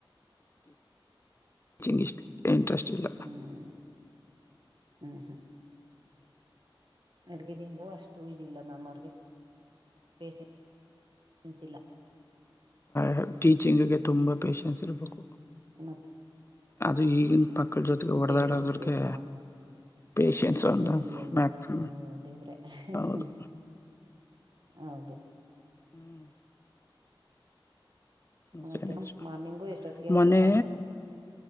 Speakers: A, on the left; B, on the right.
A: ಕೀಚಿಂಗ್ ಇಷ್ಟ ಇಂಟ್ರೆಸ್ಟ್ ಇಲ್ಲ
B: ಹ್ಮ್ ಹ್ಮ್ ಹ್ಮ್ ಅಡಿ ಗೆಂಗು ಅಷ್ಟು ಇದಿಲ್ಲ ಮ್ಯಾಮ್ ಪೆಸ್ಸೆಸ್ ಇಲ್ಲ
A: ಹ ಟೀಚಿಂಗಗೆ ತುಂಬ ಪೇೇಶನ್ಸ್ ಇರಬೇಕು
B: ಮತ್
A: ಅದು ಈಗಿನ ಮಕ್ಕಳ ಜೊತೆಗೆ ಹೊಡೆದಾಡಗಳಿಗೆ
B: ಪೇಶನ್ಸ್ ಬೇಕು ಮ್ಯಾಮ್
A: ಪಷನ್ಸ್ ಒಂದು
B: ಅಯ್ಯೋ ಅಯ್ಯೋ
A: ಮ್ಯಾಕ್ಸಿಮಮ್
B: ದೇವ್ರೆ
A: ಹೌದು
B: ಹ್ಮ್ ಹೌದು
A: ಹ್ಮ್ ನಿಜ
B: ಮತ್ತೆ
A: ನಿಜ
B: ಮಾರ್ನಿಂಗು ಎಷ್ಟೊತ್ತ ಕೇಳ್ತೀರಾ
A: ಮೊನ್ನೆ